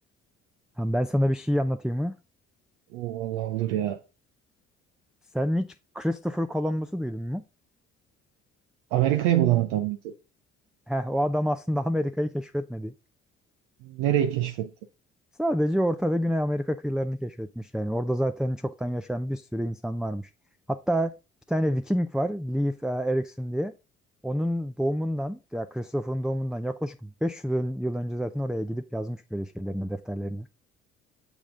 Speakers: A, in the centre; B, on the right (about 80°).
A: Ha, ben sana bir şey anlatayım mı?
B: O vallahi olur ya.
A: Sen hiç Christopher Columbus'u duydun mu?
B: Amerika'yı bulan adam mıydı?
A: Heh, o adam aslında <laughs> Amerika'yı keşfetmedi.
B: Nereyi keşfetti?
A: Sadece Orta ve Güney Amerika kıyılarını keşfetmiş yani. Orada zaten çoktan yaşayan bir sürü insan varmış. Hatta bir tane Viking var, Leif e, Erikson diye. Onun doğumundan, ya Christopher'ın doğumundan yaklaşık 500 ön- yıl önce zaten oraya gidip yazmış böyle şeylerini, defterlerini.